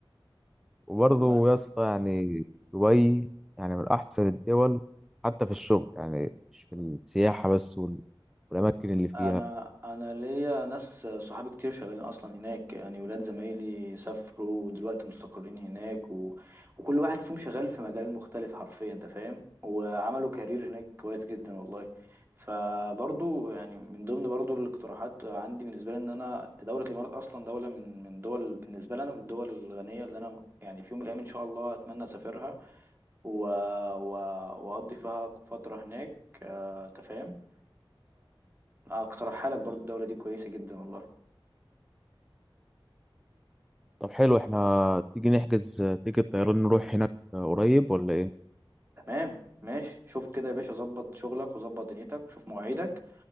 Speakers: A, in the centre; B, on the right.
A: وبرضه
B: والله
A: يا اسطى يعني دبي يعني من احسن الدول حتى في الشغل يعني مش في السياحة بس وال... والاماكن اللي فيها
B: انا انا ليا ناس صحابي كتير شغالين اصلا هناك يعني ولاد زمايلي سافروا ودلوقتي مستقرين هناك و... وكل واحد فيهم شغال في مجال مختلف حرفيا انت فاهم وعملوا كارير هناك كويس جدا والله فبرضو يعني من ضمن برضو الاقتراحات عندي بالنسبه لي ان انا دوله الامارات اصلا دوله من من دول بالنسبه لي انا من الدول الغنيه اللي انا يعني في يوم من الايام ان شاء الله اتمنى اسافرها و... و... واقضي فيها فتره هناك آه، انت فاهم فاقترحها لك برضو الدولة دي كويسة جدا والله
A: طب حلو احنا تيجي نحجز تيجي طيران نروح هناك قريب ولا ايه؟
B: تمام ماشي شوف كده يا باشا ظبط شغلك وظبط دنيتك شوف مواعيدك